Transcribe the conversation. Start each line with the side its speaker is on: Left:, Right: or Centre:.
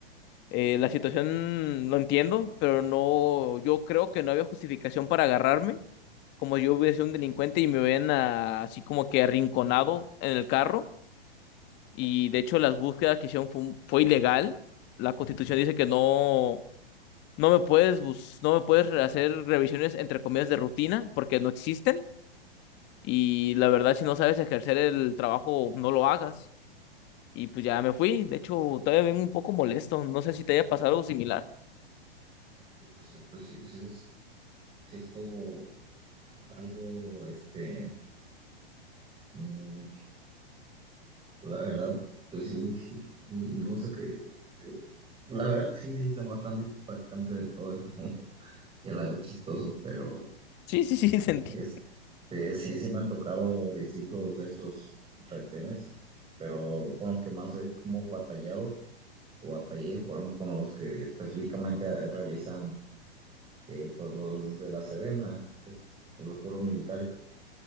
Left: eh, la situación lo entiendo, pero no, yo creo que no había justificación para agarrarme como yo hubiera sido un delincuente y me ven ah, así como que arrinconado en el carro. Y de hecho las búsquedas que hicieron fue, un- fue ilegal. La Constitución dice que no, no me puedes bus- no me puedes hacer revisiones entre comillas de rutina porque no existen. Y la verdad, si no sabes ejercer el trabajo, no lo hagas. Y pues ya me fui. De hecho, todavía vengo un poco molesto. No sé si te haya pasado algo similar.
Right: pues, pues sí, sí, es- sí estuvo algo, este... mm, La verdad, pues sí, sí, no sé qué. eh, La verdad, sí, sí, está bastante impactante de todo eso <laughs> y a la vez chistoso, pero
Left: Sí, sí, sí, <laughs> sentí.
Right: este, sí, sí me han tocado distintos de estos retenes, pero con los que más he como batallado o batallé fueron con los que específicamente eh, realizan eh, pues los, los de la Sedena, es- los puros militares